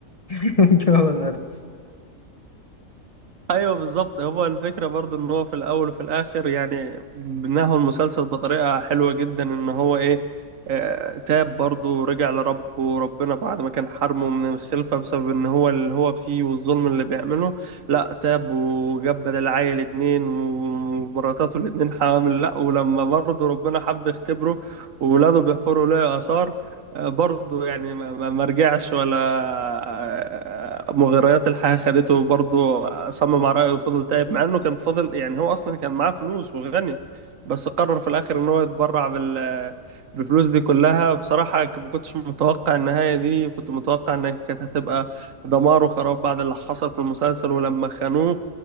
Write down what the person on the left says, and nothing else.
<laughs> جوه الارض